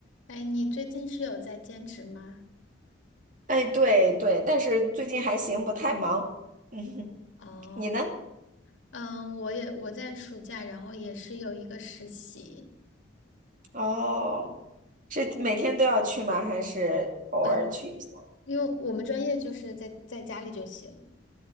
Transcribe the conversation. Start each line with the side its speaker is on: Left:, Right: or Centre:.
Left: 哎，你最近是有在兼职吗？
Right: 哎，对对，但是最近还行，不太忙。嗯哼，
Left: 哦，
Right: 你呢？
Left: 嗯，我也我在暑假，然后也是有一个实习，
Right: 哦，是每天都要去吗？还是偶尔去一下？
Left: 嗯，因为我们专业就是在在家里就行，